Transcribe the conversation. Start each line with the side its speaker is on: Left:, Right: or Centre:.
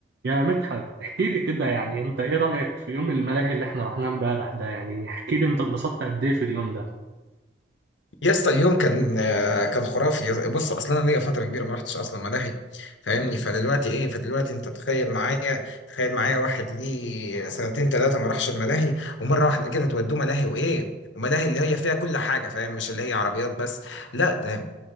Right: يا مدحت احكي لي كده يعني انت ايه رأيك في يوم الملاهي اللي احنا رحناه امبارح ده يعني احكي لي انت اتبسطت قد ايه في اليوم ده
Left: يا اسطى اليوم كان آه، كان خرافي يا- بص اصلا انا ليا فتره كبيره ما رحتش اصلا ملاهي فاهمني فدلوقتي ايه فدلوقتي انت تخيل معايا تخيل معايا واحد ليه سنتين ثلاثه ما راحش الملاهي ومره واحده كده تودوه ملاهي وايه وملاهي اللي هي فيها كل حاجه فاهم مش اللي هي عربيات بس لا ده